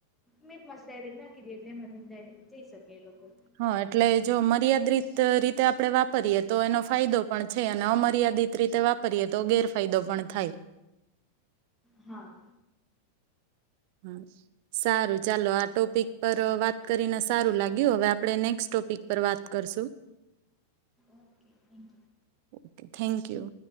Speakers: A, in the centre; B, on the right (about 45°).
A: મેં મસ્ત ડાયરેક્ટ નાખી દી એટલે એમાંથી ડાયરેક્ટ જઈ શકે એ લોકો
B: હા એટલે જો મર્યાદિત રીતે આપણે વાપરીએ તો એનો ફાયદો પણ છે અને અમર્યાદિત રીતે વાપરીએ તો ગેરફાયદો પણ થાય
A: હા
B: હ સારું ચાલો આ ટોપિક પર વાત કરીને સારું લાગ્યું હવે આપણેને ક્સ્ટોપિક પર વાત કરશું
A: okay thank you.
B: O thank you